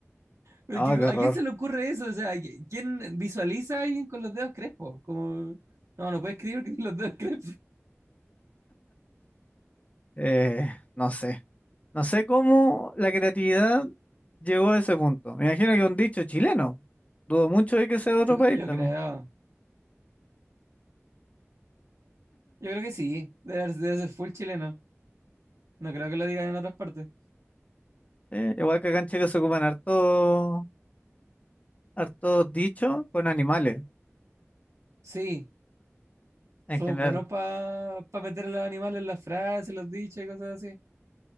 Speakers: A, on the right (about 75°); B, on the left (about 30°).
A: Porque,
B: No, qué
A: ¿a
B: horror.
A: quién se le ocurre eso? O sea, ¿quién visualiza a alguien con los dedos crespos? Como. No, no puedes escribir que <laughs> tiene los dedos crespos.
B: Eh, no sé. No sé cómo la creatividad llegó a ese punto. Me imagino que un dicho chileno. Dudo mucho de que sea de
A: Yo,
B: otro país
A: yo
B: también.
A: creo. Yo creo que sí. Debe, debe ser full chileno. No creo que lo digan en otras partes.
B: Eh, igual que acá en Chile se ocupan harto, hartos dichos con animales
A: Sí.
B: en
A: Somos
B: general.
A: buenos para meter a los animales en las frases, los dichos y cosas así.